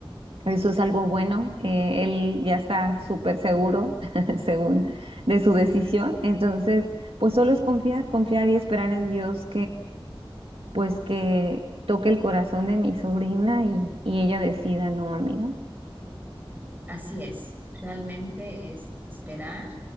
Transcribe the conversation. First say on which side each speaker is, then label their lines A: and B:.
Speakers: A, on the right (about 70°); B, on the right (about 20°).
A: eso es algo bueno. Eh, él ya está súper seguro, <laughs> según de su decisión. Entonces, pues solo es confiar, confiar y esperar en Dios pues que toque el corazón de mi sobrina y, y ella decida, no, amiga.
B: Así es. Realmente es esperar